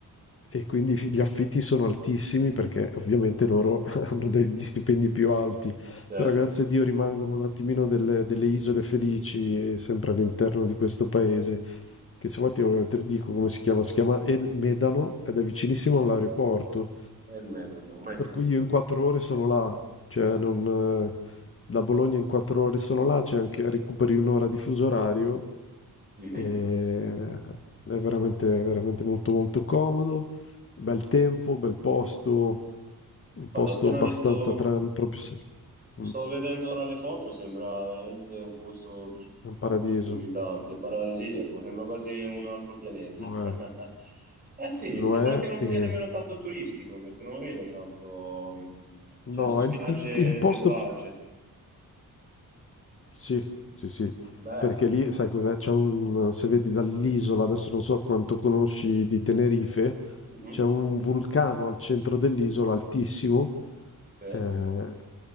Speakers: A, on the left (about 35°); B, on the right (about 25°).
A: e quindi fi- gli affitti sono altissimi perché ovviamente loro <laughs> hanno degli stipendi più alti.
B: certo.
A: Però grazie a Dio rimangono un attimino delle, delle isole felici, e sempre all'interno di questo paese, che se vuoi te lo, te lo dico come si chiama, si chiama El Medano ed è vicinissimo all'aeroporto.
B: E il Med, non l'ho mai sentito.
A: Per cui io in quattro ore sono là, cioè non, eh, da Bologna in quattro ore sono là, c'è anche recuperi un'ora di fuso orario
B: Mhm.
A: e è veramente, veramente molto molto comodo, bel tempo, bel posto, un
B: Guarda,
A: posto
B: ho appena
A: abbastanza
B: visto.
A: tran proprio se-
B: Sto
A: mm,
B: vedendo ora le foto, sembra veramente un posto s-
A: è
B: molto
A: un paradiso,
B: invitante, paradisiaco, sembra quasi un altro pianeta.
A: lo
B: <laughs>
A: è,
B: Eh sì,
A: lo
B: sembra
A: è
B: che non
A: e
B: sia nemmeno tanto turistico, perché non vedo tanto, mh,
A: no,
B: cioè sono spiagge
A: il, il- il posto
B: selvagge.
A: più Sì, sì, sì,
B: Bello.
A: perché lì, sai cos'è? C'è un, se vedi dall'isola, adesso non so quanto conosci di Tenerife,
B: Mhm,
A: c'è un vulcano al centro dell'isola altissimo
B: Ok.
A: eh,